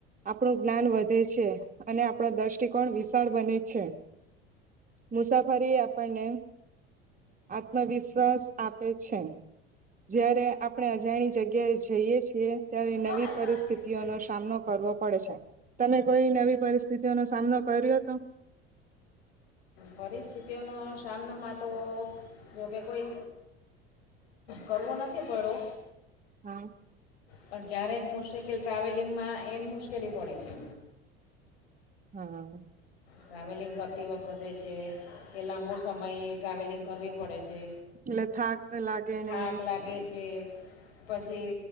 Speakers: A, on the right; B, on the left.
A: આપણું જ્ઞાન વધે છે અને આપણો દ્રષ્ટિકોણ વિશાળ બને છે. મુસાફરી આપણને આત્મવિશ્વાસ આપે છે જ્યારે આપણે અજાણી જગ્યાએ જઈએ છીએ ત્યારે નવી
B: બહુ હાયલો
A: પરિસ્થિતિઓનો
B: આર્ટિસ્ટ નહીં
A: સામનો કરવો પડે છે. તમે કોઈ નવી પરિસ્થિતિઓનોો સામનો કર્યો તો?
B: પરિસ્થિતિઓનો સામનોમાં તો જોકે કોઈ કરવો નથી પડ્યો.
A: હા
B: પણ ક્યારેક મુશકે કે ટ્રાવેલિંગમાં એમ મુશ્કેલી પડી છે.
A: હા.
B: ટ્રાવેલિંગ કરતી વખતે છે કે લાંબો સમય ટ્રાવેલિંગ કરવી પડે છે.
A: એટલે થાક લાગે
B: થાક
A: ને
B: લાગે છે પછી